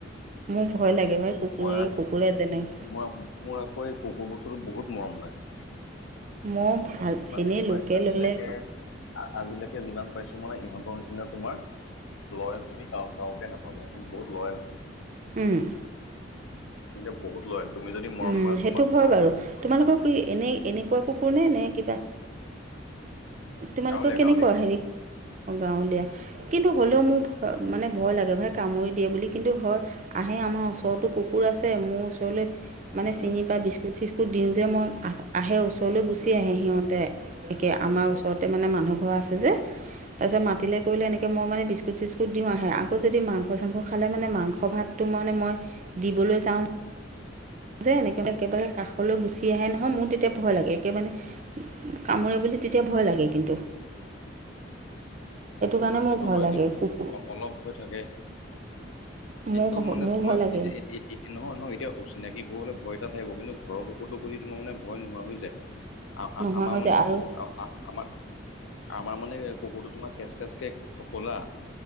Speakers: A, on the right; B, on the left.
A: মোৰ ভয় লাগে ভাই কুকুৰে
B: মই
A: কুকুৰে যেনে
B: মই মোৰ আকৌ এই কুকুৰ বস্তুটো বহুত মৰম লাগে।
A: ম ভাল
B: মানে
A: এনেই
B: মই
A: লোকে
B: আজিলৈকে
A: ল'লে
B: আজিলৈকে যিমান পাইছো মানে ইহঁতৰ নিচিনা তোমাৰ লয়েল তুমি কায়োকে নাপাবা ইখন বহুত লয়েল হয়।
A: উহ।
B: ইনতে বহুত লয়েল। তুমি যদি মৰম
A: উম
B: কৰা
A: সেইটো
B: তোমাক
A: হয়
B: মৰম
A: বাৰু।
B: কৰিবই
A: তোমালোকক
B: সিহঁতে
A: এনেই এনেকুৱা কুকুৰনে নে কিবা তোমালোকৰ
B: গাঁৱলীয়া
A: কেনেকুৱা
B: গাঁৱলীয়া
A: হেৰি গাঁৱলীয়া কিন্তু হ'লেও মোৰ মানে ভয় লাগে ভাই কামুৰি দিয়ে বুলি কিন্তু হয় আহে আমাৰ ওচৰতো কুকুৰ আছে মোৰ ওচৰলে
B: উম
A: মানে চিনি পাই বিস্কুট চিস্কুট দিওঁ যে মই আহে ওচৰলৈ গুচি
B: উম
A: আহে সিহঁতে। একে আমাৰ
B: উম
A: ওচৰতে মানে মানুহ ঘৰ আছে যে তাৰপিছত মাতিলে কৰিলে এনেকৈ মই মানে বিস্কুট চিস্কুত দিওঁ আহে আকৌ যদি মাংস চাংস খালে মানে মাংস ভাত টো মানে মই দিবলৈ যাওঁ। যে এনেকে একেবাৰে কাষলৈ গুচি আহে নহয় মোৰ তেতিয়া ভয় লাগে একেবাৰে কামোৰে বুলি তেতিয়া ভয় লাগে
B: উম
A: কিন্তু।
B: <inaudible>
A: কাৰণে
B: সেইটো
A: মোৰ ভয়
B: হয়
A: লাগে
B: কিন্তু
A: কুকুৰ
B: অলপ হৈ থাকে। কিন্তু
A: মোৰ
B: মানে
A: মোৰ
B: তোমাৰ
A: ভয় লাগে
B: এত এত এত এত নহয় নহয় এতিয়া অচিনাকি বোৰলে ভয় এটা থাকিব কিন্তু ঘৰৰ কুকুৰতো প্ৰতি তোমাৰ মানে ভয় নোহোৱা হৈ যায়। আ আ
A: নোহোৱা
B: আমাৰ
A: হৈ
B: মানে
A: যায় আৰু
B: কো আ আ আমাৰ, আমাৰ মানে কুকুৰটো তোমাৰ কেচ তেজকে ক কলা,